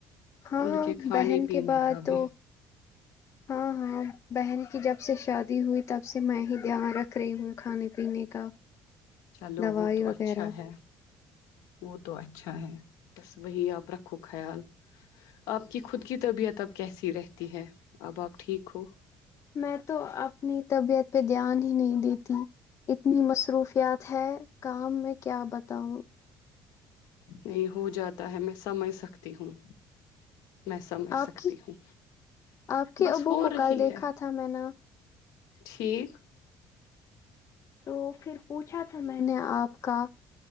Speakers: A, on the left; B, on the left.
A: ہاں
B: ان کے کھانے
A: بہن
B: پینے
A: کے بعد
B: کا
A: تو
B: بھی
A: ہاں ہاں بہن کی جب جب سے شادی ہوئی تب سے میں ہی دھیان رکھ رہی ہوں کھانے پینے کا
B: چلو
A: دوائی
B: وہ تو
A: وغیرہ
B: اچھا ہے وہ تو اچھا ہے بس وہی آپ رکھ کھو خیال آپ کی خود کی طبیعت اب کیسی رہتی ہے اب آپ ٹھیک ہو
A: میں تو اپنی طبیعت پہ دھیان ہی نہیں دیتی اتنی مصروفیات ہے کام میں کیا بتاؤں
B: نہیں ہو جاتا ہے میں سمجھ سکتی ہوں میں سمجھ سکتی
A: آپ کی
B: ہوں
A: آپ کے
B: بس
A: ابو
B: ہو
A: کو
B: رہی
A: کل دیکھا
B: ہے
A: تھا میں نے
B: ٹھیک
A: تو پھر پوچھا تھا میں نے آپ کا